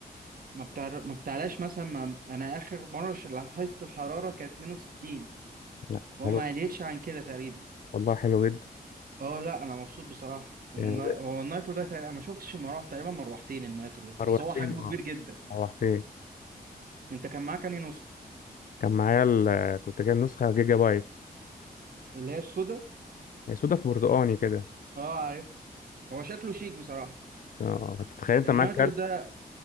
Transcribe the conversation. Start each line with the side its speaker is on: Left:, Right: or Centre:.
Right: ما بتعر... ما بتعلاش مثلا ما... أنا آخر مرة ش- لاحظت الحرارة كانت 62
Left: لا
Right: هو
Left: حلو
Right: ما قلتش عن كده تقريبا
Left: والله حلو جدا
Right: اه لا أنا مبسوط بصراحة النا...
Left: يعني
Right: هو النايترو ده تقريبا... أنا ما شفتش المراوح تقريبا مروحتين النايترو ده
Left: روحتين
Right: بس هو حجمه
Left: اه
Right: كبير جدا
Left: روحتين
Right: أنت كان معاك أنهي نسخة
Left: كان معايا ال... كنت جايب نسخة جيجا بايت
Right: اللي هي السودا
Left: هي سودا في برتقاني كده
Right: اه عارف هو شكله شيك بصراحة
Left: اه هتتخيل انت
Right: النايترو
Left: معاك كارت
Right: ده